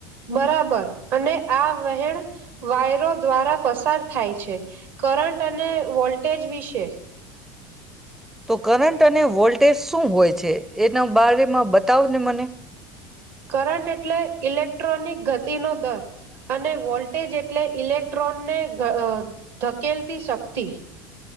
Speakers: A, on the right; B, in the centre.
A: બરાબર અને આ વહેણ વાયરો દ્વારા પસાર થાય છે. કરંટ અને વોલ્ટેજ વિશે
B: તો કરંટ અને વોલ્ટેજ શું હોય છે? એના બારેમાં બ તાવ ને મને.
A: કરંટ એટલે ઇલેક્ટ્રોનિક ગતિ નો દર અને વોલ્ટેજ એટલે ઇલેક્ટ્રોનને ઘ અ ધકેલતી શક્તિ.